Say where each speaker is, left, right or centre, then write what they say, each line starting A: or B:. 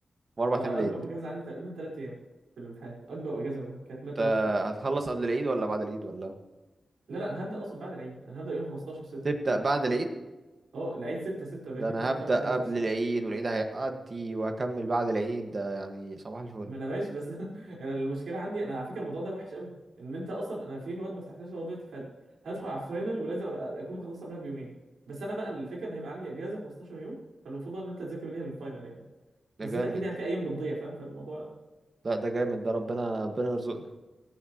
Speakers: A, on the right (about 45°); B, on the right (about 90°).
A: واربع
B: <laughs> انا
A: ايام العيد
B: اكبر اجازه عندي تقريبا ثلاث ايام في الامتحانات اكبر اجازه منهم كانت ماده
A: انت
B: واحده بس
A: هتخلص قبل العيد ولا بعد العيد ولا
B: لا لا انا هبدا اصلا بعد العيد انا هبدا يوم 15 6
A: تبدأ
B: ف-
A: بعد العيد
B: اه العيد 6 6 باين
A: ده انا
B: فاهم
A: هبدأ
B: فانا 15
A: قبل العيد والعيد هيقضي وهكمل بعد العيد ده يعني صباح الفل
B: ما انا ماشي بس <laughs> انا المشكله عندي انا على فكره الموضوع ده وحش قوي ان انت اصلا انا في مواد ما فتحتهاش لغايه دلوقتي فهدخل على الفاينل ولازم أبقى اكون مخلصها قبلها بيومين بس انا بقى الفكره ان هيبقى عندي اجازه 15 يوم فالمفروض بقى ان انت تذاكر ليها للفاينل يعني بس
A: ده جامد
B: انت اكيد يعني في ايام بتضيع فاهم فالموضوع
A: لا ده جامد ده ربنا ربنا يرزقنا